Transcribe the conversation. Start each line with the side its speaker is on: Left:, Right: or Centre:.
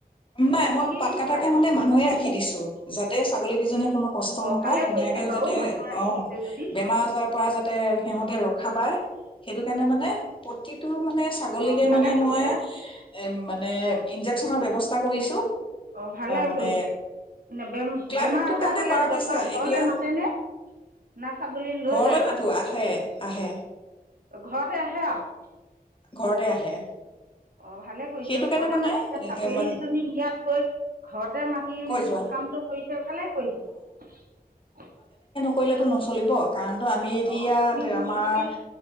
Left: নাই মই
Right: কি
Left: পাত
Right: কি
Left: কটাকে
Right: খুৱাই
Left: মানে মানুহে। সি দিছো যাতে ছাগলীকেইজনীয। কোনো কষ্ট
Right: অ'
Left: নাপায়
Right: ভালে
Left: ধুনীয়াকে
Right: কৰিছে বাৰু
Left: যাতে
Right: মানুহ ৰাখিছে
Left: অহ ',
Right: যদি
Left: বেমাৰ আজাৰৰ পৰা যাতে সিহতে ৰ ৰখা পায় সেইটো কাৰণে মানে প্ৰতি টো মানে ছাগলীকে
Right: অ' ভালে
Left: মানে
Right: কৰিছে
Left: মই এ মানে ইঞ্জেকচনৰ ব্যৱস্থা কৰিছো।
Right: অ' ভালে
Left: মানে
Right: কৰিছে নে বেম -
Left: ক্লাইমেটটোৰ
Right: বেমাৰ আজাৰ
Left: কাৰণে
Right: হলে
Left: কৰা গৈছে
Right: ডক্তৰক
Left: এতিয়া
Right: ঘৰলে মাতেনে না ছাগলী লৈ
Left: ঘৰলৈ
Right: যায়?
Left: মাতো আহে আহে
Right: ঘৰতে আহে আৰু
Left: ঘৰতে আহে।
Right: অহ ', ভালে কৰিছে
Left: সেইটো
Right: ঘৰতে
Left: কাৰণে মানে
Right: মাতিছে ছাগলী
Left: এ মান
Right: দুজনী ইয়াত গৈ ঘৰতে মাতি
Left: কৈ যোৱা
Right: কামটো কৰিছে ভালে কৰিছে।
Left: কৰিলেতো নচলিব। কাৰণতো আমি এতিয়াত
Right: অ আমিতো
Left: আমাৰ
Right: এনেকেই